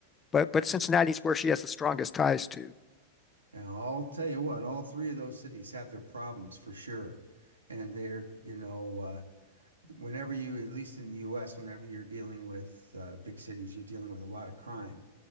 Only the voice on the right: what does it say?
Uh,
well, I'll tell you what, all three of those cities have their problems for sure. And they're, you know, uh, whenever you, at least in the US, whenever you're dealing with uh, big cities, you're dealing with a lot of crime